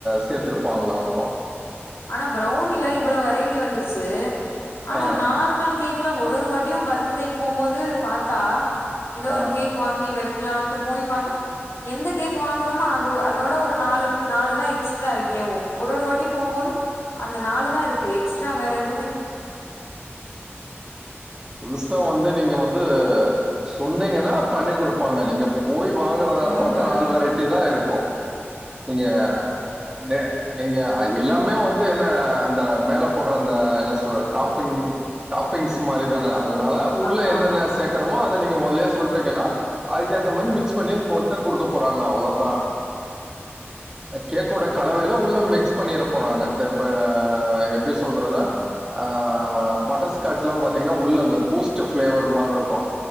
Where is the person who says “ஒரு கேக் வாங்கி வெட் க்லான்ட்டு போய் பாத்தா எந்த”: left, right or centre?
Left